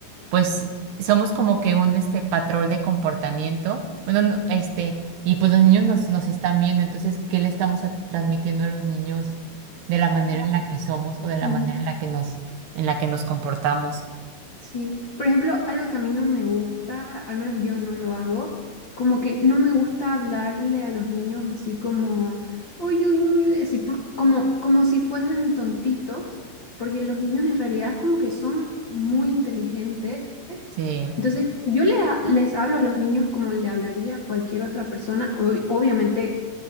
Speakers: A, on the right; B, on the left.
A: pues somos como que un este patrón de comportamiento, bueno, no, este, y pues los niños nos, nos están viendo, entonces, ¿qué le estamos a- transmitiendo a los niños de la manera
B: claro.
A: en la que somos o de la
B: Ujú.
A: manera en la que nos, en la que nos comportamos?
B: Sí, por ejemplo, algo que a mí no me gusta, al menos yo no lo hago, como que no me gusta hablarle a los niños así como, uy, uy, uy, uy", así por- como, como si fuesen tontitos, porque los niños en realidad como que son muy inteligentes.
A: Sí.
B: Entonces, yo le ha- les hablo a los niños como le hablaría a cualquier otra persona, ob- obviamente,